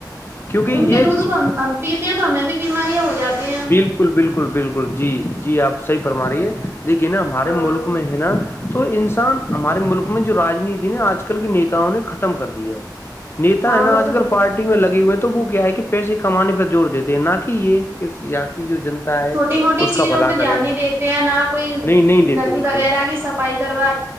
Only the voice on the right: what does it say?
ان کے
دودھ
کو ہم پیتے ہیں تو ہمیں بھی بیماریاں ہو جاتی ہیں
ہاں
ہاں
وہ
تو
چھوٹی موٹی
چیزوں
پہ
دھیان نہیں دیتے ہیں نہ کوئی
ندی
وغیرہ کی صفائی کرواات